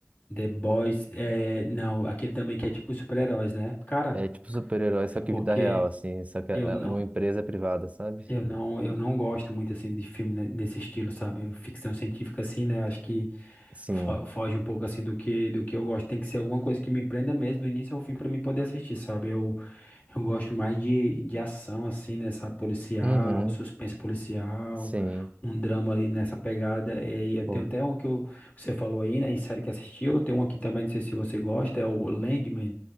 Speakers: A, on the left; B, on the right.
A: The Boys, é, não, aquele também que é tipo super-heróis, né? Cara,
B: É tipo super-herói, só
A: É porque
B: que vida real, assim. Só que
A: eu
B: é é
A: não,
B: uma empresa privada, sabe?
A: eu não, eu não gosto muito assim de filme ne- nesse estilo, sabe? Ficção científica assim, né? Acho que
B: Sim.
A: fo- foge um pouco assim do que do que eu gosto. Tem que ser alguma coisa que me prenda mesmo do início ao fim para mim poder assistir, sabe? Eu eu gosto mais de, de ação assim, né, sabe? Policial,
B: Uhum.
A: um suspense policial,
B: Sim.
A: um drama ali nessa pegada. E eu tenho
B: Pô,
A: até um que eu, você falou aí, né, em série que assistiu. Eu tenho um aqui também, não sei se você gosta, é o Landman.